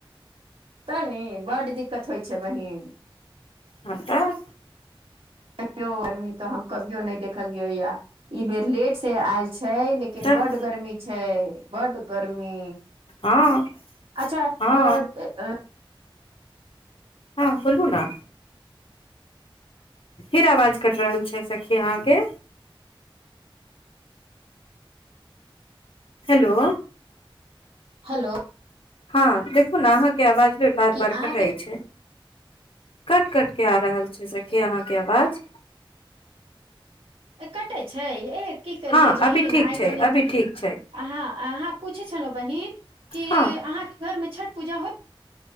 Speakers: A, on the right; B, on the left.
A: तानी बड्ड दिककत होइ छै बहिन
B: ह <unintelligible> तऽ
A: कहिो गर्मी तऽ हम कभो नहि देखलियै या <unintelligible> ई बेर लेट से आयल छै लेकिन
B: तऽ
A: बड गर्मी छै छै बड गर्मी
B: हँ
A: अच्छा
B: हँ
A: अ तै अ
B: हँ बोलू ने फिर आवाज कि रहल छै सखी अहाँके हेलो
A: हलो
B: हँ देखू ने अहाँ अवाज भी बार
A: कि
B: बार
A: अहाँके
B: कटइ छै कट कटि कऽ आ रहल छै सखी अहाँके आवाज
A: कटै छै एक की करियै
B: हँ
A: बहिन
B: अभी ठीक
A: आइ
B: छै
A: कनिक
B: अभी ठीक छै
A: अहाँ अहाँ पुछै छलौ बहिन की
B: हँ
A: अहाँ के घर में छठ। पूजा हो